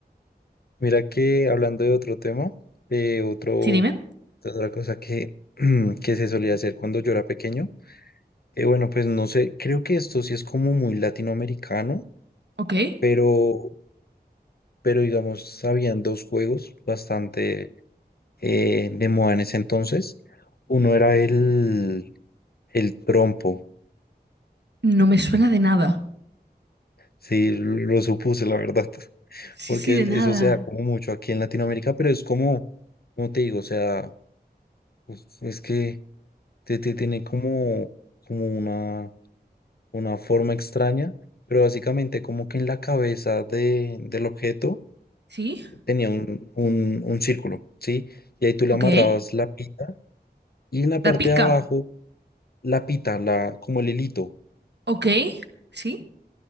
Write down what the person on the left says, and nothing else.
mira que hablando de otro tema, eh, otro,
de otra cosa que, <clears throat> que se solía hacer cuando yo era pequeño, eh, bueno, pues no sé, creo que esto sí es como muy latinoamericano,
pero, pero digamos, habían dos juegos bastante eh, de moda en ese entonces. Uno era el, el trompo.
Sí, lo supuse, la verdad, <laughs>
porque
eso se da como mucho aquí en Latinoamérica, pero es como, como te digo, o sea, pues, es que te, te tiene como, como una, una forma extraña, pero básicamente como que en la cabeza de, del objeto
tenía un, un, un círculo, ¿sí? Y ahí tú le
amarrabas la pita y en la parte
de abajo la pita, la, como el hilito,